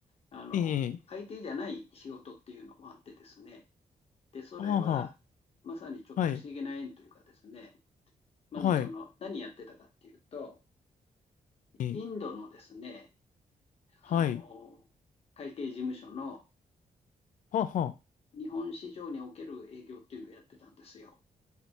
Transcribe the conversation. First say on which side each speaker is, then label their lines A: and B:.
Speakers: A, on the left; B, on the left.
A: あの、
B: ええ。
A: 相手じゃない仕事っていうのもあってですね、で、それは、
B: はあは
A: まさにちょっと不思議な縁というかですね、
B: あ。はい。
A: まずその、
B: はい。
A: 何やってたかっていうと、
B: ええ
A: インドのですね、
B: はい。
A: あの、会計事務所の
B: はあは
A: 日本市場における営業っていうのをやってたんですよ。